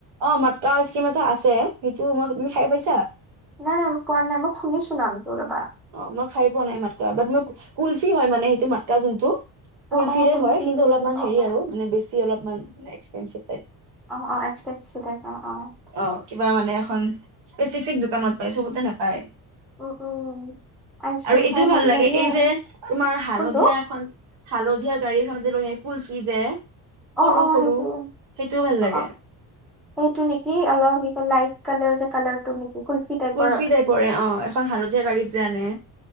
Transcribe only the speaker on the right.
অহ' মাতকা আইস্কিম এটা আছে সেইটো মই তুমি খাই পাইছা।
অহ মই খাই পোৱা নাই মাতকা বাট মই কুলফি হয় মানে সেইটো মাতকা যোনটো। কুলফিৰে
হয় কিন্তু অলপমান
হেৰি আৰু মানে বেছি অলপমান এক্সপেনচিফ
অহ কিবা মানে এখন টিফিক দোকানত পায়, চবতে নাপায়।
আৰু এইটোও
ভাল লাগে এই
যে তোমাৰ হালধীয়া
এখন হালধীয়া গাড়ীখনত যে লৈ আহে, কুলফি যে। সৰু
সৰু
সেইটোও ভাল
লাগে
কুল্ফি টাইপৰে অহ, এখন হালধীয়া গাড়ীত যে আনে।